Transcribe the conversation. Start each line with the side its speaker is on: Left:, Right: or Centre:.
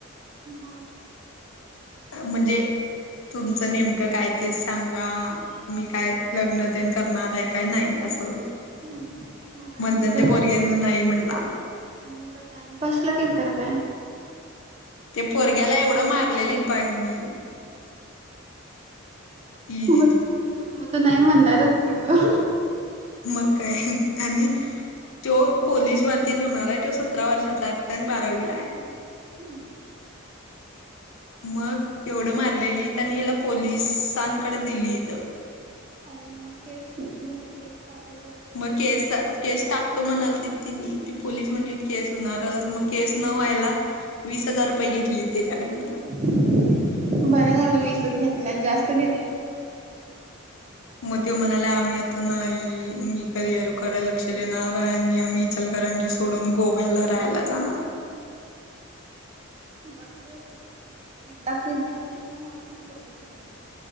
Right: बर
Left: म्हणजे तुमचं नेमकं कायतस सांगा मी काय लग्न देन करणार आहे काय नाही असं
Right: हम्म मग काय
Left: मणधन
Right: म्हणत
Left: त्या्या बोरग्यान नाही म्हटला
Right: आणि मगा टामपास लागेल त काय
Left: ते पोरग्याला एवढं मारलेलीत बाहिनी ती
Right: मग मग त नाही म्हणणारच की ग
Left: मग काय आणि तो पोलीस भारतीत होणार आहे त सतरा वर्षाचा आता आणि बारावी ला आहे
Right: हम्म
Left: मग एवढं मारलेलीतनी हिला पोलिसांकडे दिली इथं
Right: आणि मग केस म्हणजे केस त आपर
Left: मग केस केस टाकतो म्हणाल त त ती पोलीस म्हणली केस होणारच मग केस न व्हायला वीस हजार रुपये घेतली त्याच्याकडन
Right: बरं झालं वीसच घेतल्या जास्त घेतल्यास
Left: मग ते म्हणाले आम्ही आता नाही मी किअरकडे लक्ष देणार आणि आम्ही चलकरंजी सोडून गोव्याला राहायला जाणार आहे
Right: बरोबर आहे त्या एकदा केस झाले की मग होत नाही पोलीसमध्ये